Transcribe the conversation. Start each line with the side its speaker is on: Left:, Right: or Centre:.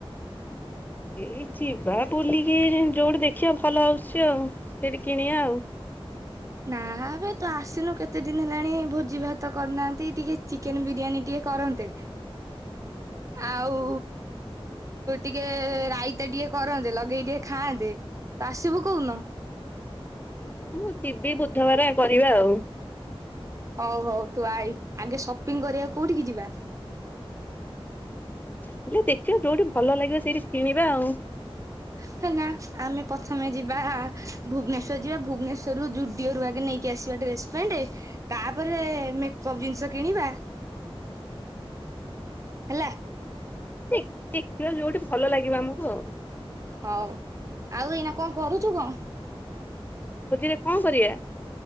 Left: ଏଇ ଯିବା ବୁଲିକି ଯୋଉଠି ଦେଖିବା ଭଲ ଆଉଛି ଆଉ ସେଠି କିଣିବା ଆଉ।
Right: ନା ଏବେ ତୁ ଆସିନୁ କେତେ ଦିନ ହେଲାଣି ଭୋଜି ଭାତ କରିନାହାଁନ୍ତି ଟିକେ ଚିକେନ ବିରିୟାନୀ ଟିକେ କରନ୍ତେ ଆଉ ଟିକେ ରାଇତା ଟିକେ କରନ୍ତେ ଲଗେଇ ଟିକେ ଖାଆନ୍ତେ ତ ଆସିବୁ କୋଉନ?
Left: ହଉ ମୁଁ ଯିବି ବୁଧବାର କରିବା ଆଉ।
Right: ହଉ ହଉ ତୁ ଆଇ ଆଗେ ସପିଙ୍ଗ କରିବାକୁ କୋଉଠିକି ଯିବା?
Left: ହେଲେ ଦେଖିବା ଯୋଉଠି ଭଲ ଲାଗିବ ସେଇଠି କିଣିବା ଆଉ।
Right: ହେ ନା ଆମେ ପ୍ରଥମେ ଯିବା ଭୁବନେଶ୍ୱର ଯିବା ଭୁବନେଶ୍ଵରରୁ ଜୁଡିଓ ରୁ ଆଗେ ନେଇକି ଆସିବା ଡ୍ରେସ ପ୍ୟାଣ୍ଟ ତାପରେ ମେକପ ଜିନିଷ କିଣିବା ହେଲା।
Left: ଦେଖିବା ଯୋଉଠି ଭଲ ଲାଗିବ ଆମକୁ ଆଉ।
Right: ହଉ ଆଉ ଏଇନା କଣ କରୁଛୁ କଣ?
Left: ଭୋଜିରେ କଣ କରିବା?